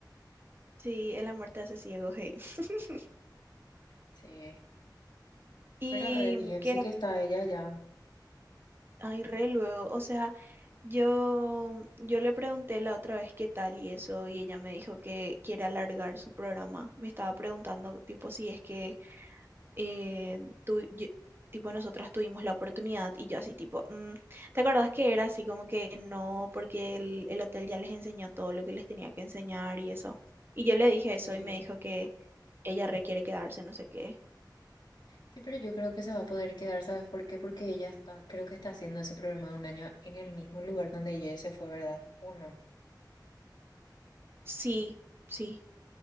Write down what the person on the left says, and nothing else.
sí,
pero re bien,
sí
que está ella ya,
sí.
Sí, pero yo creo que se va a poder quedar, ¿sabes por qué? Porque ella está, creo que está haciendo ese programa de un año en el mismo lugar donde ella se fue, ¿verdad? ¿O no?